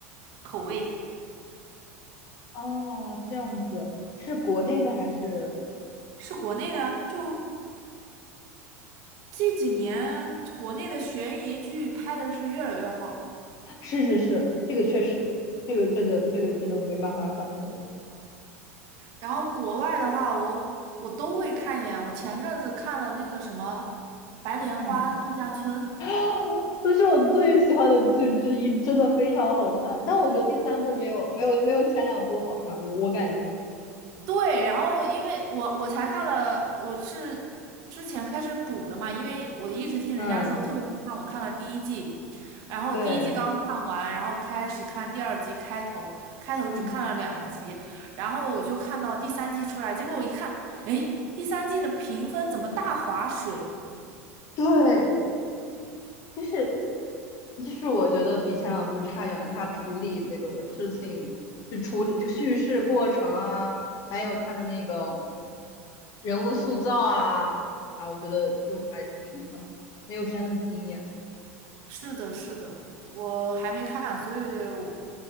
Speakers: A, on the right; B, on the left.
A: 口味。
B: 哦，这样子，是国内的还是？
A: 是国内的，就这几年国内的悬疑剧拍的是越来越好
B: 是是是，这个确实，这个真的这个真的没办法反驳。
A: 然后国外的话，我我都会看一点。我前阵子看了那个什么《白莲花度假村》，
B: 嗯，<laughs> <gasps> 啊，这是我最喜欢的剧之一，真的非常好看。但我觉得第三部没有没有没有前两部好看，我我感觉，
A: 对，然后因为我我才看了，我是之前开始补的嘛，因为我一直听人家说特别好看，
B: 嗯，
A: 我看了第一季，然后我第一季刚看完，
B: 对，
A: 然后开始看第二季开头，开头只看了两集，
B: 嗯，
A: 然后我就看到第三季出来，结果我一看，哎，第三季的评分怎么大划水？
B: 对。就是就是我觉得比前两部差远了，他处理这个事情，就处理这个叙事过程啊，还有他的那个人物塑造啊啊，我觉得就还挺一般，没有之前那么惊艳
A: 是的，是的，我还没看，所以我